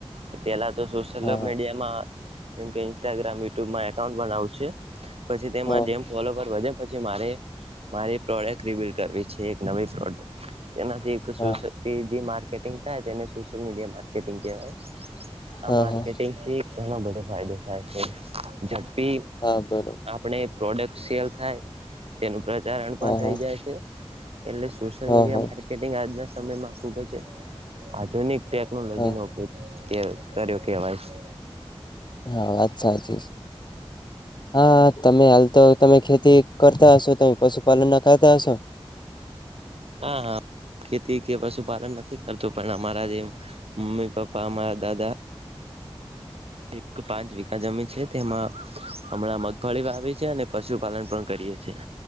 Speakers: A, on the right (about 75°); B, on the left (about 45°).
A: <inaudible> તો સોશિયલ
B: હા હા
A: મીડિયામાં જેમ કે ઇસ્ટાગ્રામ યુટ્યુબમાં એકાઉન્ટ પણ આવશે, પછી તેમાં
B: હા
A: જેમ ફોલોપર વધે પછી મારે, મારી પ્રોડક્ટ રિવ્યલ કરવી છે. નવી શરૂઆત તેનાથી એક તો સ
B: હા
A: જે માર્કેટિંગ થાય તે એને સોશિયલ મીડિયા માર્કેટિંગ કહેવાય. આ
B: હા
A: માર્કેટિંગ
B: હા
A: થી ઘણો બધો ફાયદો છે. હ છે જડ ભી
B: હા બરોબર
A: આપણે પ્રોડક્ટ સેલ થાય તેનું પ્ર ત રણ
B: હા
A: પણ થઈ
B: હા
A: જાય છે. એટલે સોશિયલ
B: હા
A: મીડિયા
B: હા
A: માર્કેટિંગ આજના સમયમાં ખૂબ જ આધુનિક ટેકનોલોજી
B: હા
A: નો ઉપયોગ કે કર્યો કે ભાઈ છે.
B: હા વાત સાાચી છે, હા તમે હાલ તો તમે ખેતી તે કરતા હસો ત પશુપાલન ના ક થાય હો.
A: હા હા ખેતી કે પશુપાલન નથી કરતું પણ અમારા જે, મમ્મી પપ્પા અમારા દાદા એક પાંચ વીખા જમીન છે તેમાં, હમણાં મગફળી વાવી છેએ અને પશુપાલન પણ કરીએ છીએ,